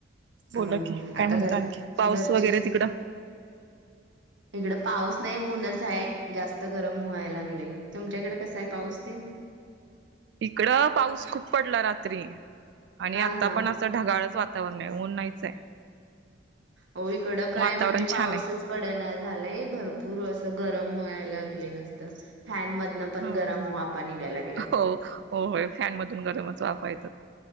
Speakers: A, on the right (about 65°); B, on the right (about 85°).
A: बोला
B: हां..
A: की काय
B: आता,
A: म्हणता
B: घर
A: आणखी पाऊस
B: घरची
A: वगैरे तिकडं
B: इकडं पाऊस नाही, ऊनच आहे. जास्त गरम व्हायला लागले, तुमच्याकडे कसं आहे? पाऊस ते <inaudible>
A: इकडं, पाऊस खूप पडला रात्री, आणि
B: हा
A: आता
B: हा
A: पण असं ढगाळच वा वातावरण नाही, ऊन नाहीच आहे.
B: हो इकडं काय?
A: वातावरण
B: म्हणजे पाऊसच
A: छान आहे
B: पडेना. झालंय भरपूर, असं गरम व्हायलागले नुसतं. फॅन मधनं पण,
A: हो
B: गरम वाफा निघायला लागल्यात.
A: हो हो होय फॅन मधून गरमच वाफा येतात.